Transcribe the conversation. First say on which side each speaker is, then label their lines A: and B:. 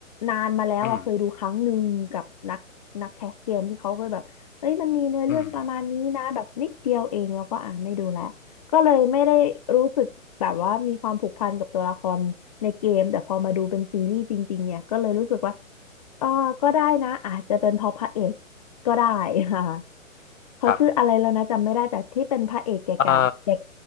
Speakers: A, on the left (about 30°); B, on the left (about 70°).
A: นานมาแล้วอะเคยดูครั้งหนึ่งกับนักนักแคสเกมที่เขาเคยแบบเอ้ยมันมีเนื้อเรื่องประมาณนี้นะแบบนิดเดียวเองแล้วก็อ่าไม่ดูแล้วก็เลยไม่ได้รู้สึกแบบว่ามีความผูกพันกับตัวละครในเกมแต่พอมาดูเป็นซีรีส์จริงๆเนี่ยก็เลยรู้สึกว่า
B: อืมอืม
A: เออก็ได้นะอาจจะเป็นเพราะพระเอก ก็ได้ค่ะเขาชื่ออะไรแล้วนะจำไม่ได้แต่ที่เป็นพระเอกแก่ๆเด็ก
B: ครับเอ่อ